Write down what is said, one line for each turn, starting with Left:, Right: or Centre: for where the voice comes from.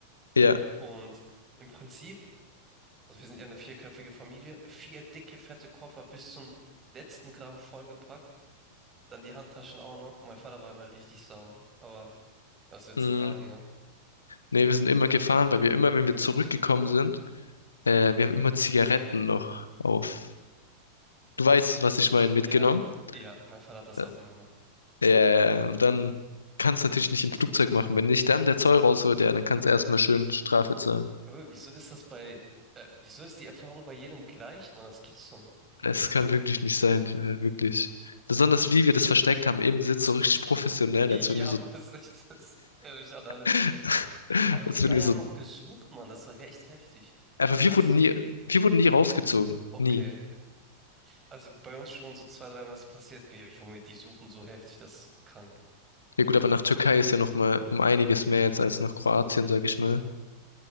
Left: Ja.
Right: Und im Prinzip, also wir sind ja eine vierköpfige Familie, vier dicke, fette Koffer bis zum letzten Gramm vollgepackt, dann die Handtaschen auch noch. Mein Vater war immer richtig sauer, aber was willst
Left: Mm,
Right: du sagen, ne?
Left: Nee, wir sind immer gefahren, weil wir immer, wenn wir zurückgekommen sind, äh, wir haben immer Zigaretten noch auf. Du weißt, was ich meine, mitgenommen.
Right: Ja, ja, mein Vater hat das
Left: Äh,
Right: auch immer gemacht.
Left: Ja, ja, ja. und dann kannst du natürlich nicht im Flugzeug machen. Wenn nicht dann der Zoll rausholt, ja, dann kannst du erstmal schön Strafe zahlen.
Right: Aber wieso ist das bei, äh, wieso ist die Erfahrung bei jedem gleich, Mann? Das gibt's doch nicht.
Left: Es kann wirklich nicht sein, äh, wirklich. Besonders wie wir das versteckt haben im Sitz, so richtig professionell,
Right: <laughs>
Left: als
Right: Ja,
Left: würden wir so,
Right: Mann, das ist echt, das erinnert mich an alles.
Left: <laughs>
Right: Aber
Left: als
Right: die Geier
Left: würden wir so,
Right: haben auch gesucht, Mann, das war echt heftig.
Left: einfach
Right: Ha-
Left: wir
Right: Hast,
Left: wurden nie, wir wurden nie rausgezogen,
Right: okay,
Left: nie.
Right: also bei uns schon so zwei, dreimal ist passiert, wir, Junge, die suchen so heftig, das ist krank.
Left: Ja gut, aber nach Türkei ist ja noch mal um einiges mehr jetzt als nach Kroatien, sag ich mal.